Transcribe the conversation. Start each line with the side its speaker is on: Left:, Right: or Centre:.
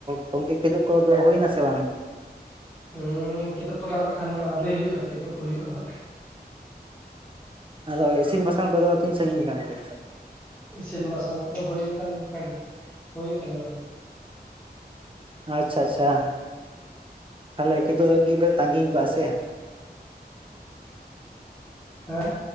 Right: ᱜᱚᱝᱠᱮ ᱠᱷᱮᱫᱳᱜ ᱠᱚᱫᱚ ᱦᱩᱭᱱᱟ ᱥᱮ ᱵᱟᱝ?
Left: ᱦᱩᱸ ᱠᱮᱫᱳᱠ ᱠᱚᱫᱚ ᱱᱟᱜ ᱠᱷᱟᱱ ᱟᱹᱣᱨᱤ ᱦᱩᱭᱩᱜᱼᱟ᱾ ᱠᱤᱫᱩᱵ ᱦᱩᱭᱩᱜᱼᱟ ᱱᱟᱜ
Right: ᱟᱫᱚ ᱤᱥᱤᱱ ᱵᱟᱥᱟᱝ ᱠᱚᱫᱚ ᱛᱤᱱ ᱥᱟᱺᱜᱤᱧ ᱠᱟᱱᱛᱮ?
Left: ᱤᱥᱤᱱ ᱵᱟᱥᱟᱝ ᱠᱚᱫᱚ ᱦᱩᱭ ᱟᱠᱟᱱ ᱠᱟᱫᱟ ᱦᱩᱭ ᱟᱠᱟᱱᱟ ᱜᱚᱝ
Right: ᱟᱪᱪᱷᱟ ᱟᱪᱪᱷᱟ, ᱛᱟᱦᱚᱞᱮ ᱠᱮᱫᱳᱜ ᱞᱟᱹᱜᱤᱜ ᱯᱮ ᱛᱟᱸᱜᱤ ᱠᱟᱜᱼᱟ ᱥᱮ?
Left: ᱦᱮᱸ